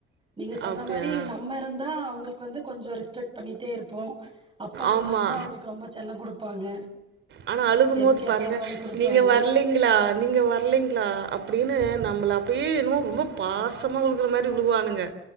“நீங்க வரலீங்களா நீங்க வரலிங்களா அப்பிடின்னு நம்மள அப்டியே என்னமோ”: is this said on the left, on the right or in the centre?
Right